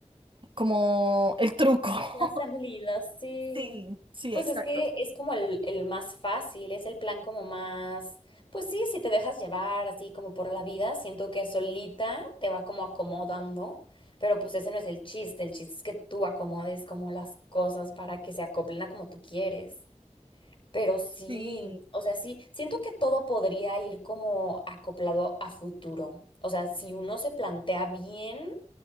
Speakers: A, on the right; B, on the left.
A: como el truco. <laughs>
B: La salida, sí.
A: Sí, sí,
B: Pues
A: exacto.
B: es que es como el, el más fácil, es el plan como más, pues sí, si te dejas llevar así como por la vida, siento que solita te va como acomodando, pero pues ese no es el chiste, el chiste es que tú acomodes como las cosas para que se acoplen a como tú quieres. Pero sí,
A: Sí,
B: o sea, sí, siento que todo podría ir como acoplado a futuro. O sea, si uno se plantea bien